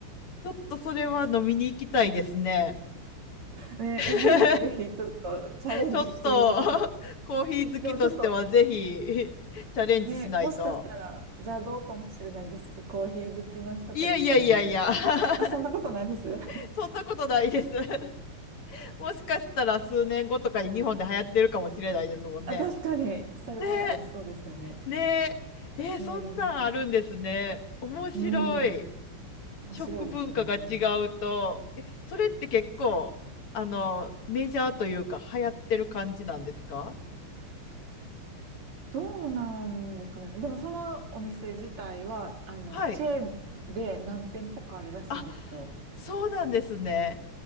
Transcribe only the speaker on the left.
ちょっとそれは飲みに行きたいですね。
<laughs>
ちょっとコーヒー好きとしてはぜひチャレンジしないと。
いやいやいやいや、<laughs>
そんなことないです。<laughs> もしかしたら数年後とかに日本で流行ってるかもしれないですもんね。
ねえ、ねえ、えーそんなんあるんですね。
面白い。
食文化が違うと、え、それって結構、あの、メジャーというか、流行ってる感じなんですか
はい。
あ、そうなんですね。